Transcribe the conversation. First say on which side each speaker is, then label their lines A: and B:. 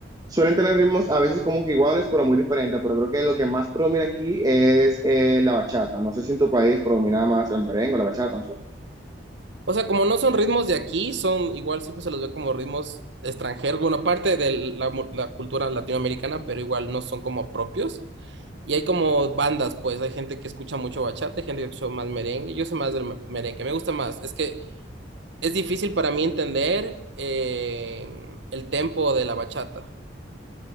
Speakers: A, on the right; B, on the right.
A: suelen tener ritmos a veces como que iguales, pero muy diferentes. Pero creo que lo que más predomina aquí es eh, la bachata. No sé si en tu país predomina más el merengue, o la bachata, no sé.
B: O sea, como no son ritmos de aquí, son igual siempre se los ve como ritmos extranjeros. Bueno, aparte de la, mu- la cultura latinoamericana, pero igual no son como propios. Y hay como bandas, pues hay gente que escucha mucho bachata, hay gente que escucha más merengue. Yo soy más del me- merengue, me gusta más. Es que Es difícil para mí entender eh, el tempo de la bachata.